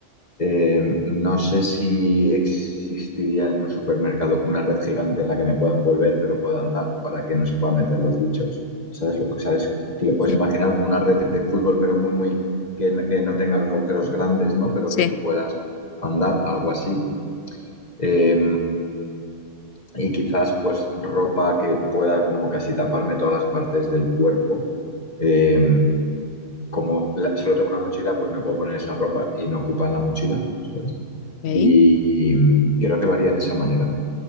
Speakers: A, on the left; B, on the left.
A: Eh, no sé si existiría en un supermercado una red gigante en la que me puedan envolver pero pueda andar para que no se puedan meter los bichos. ¿Sabes lo que sabes? Te le puedes
B: Sí,
A: imaginar como una red de fútbol, pero muy, muy, que, n- que no tenga los agujeros grandes, ¿no? Pero
B: sí.
A: que tú puedas andar, algo así. Eh, y quizás, pues, ropa que pueda como casi taparme todas las partes del cuerpo. Eh, como la- solo tengo una mochila, pues me puedo poner esa ropa y no ocupa la mochila, ¿sabes?
B: Ok,
A: Y, y- y creo que lo haría de esa manera.